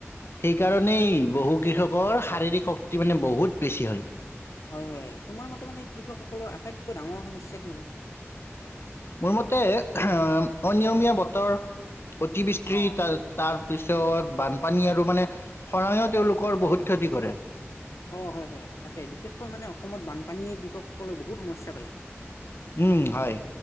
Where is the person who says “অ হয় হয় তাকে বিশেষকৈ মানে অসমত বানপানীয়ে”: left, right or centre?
Left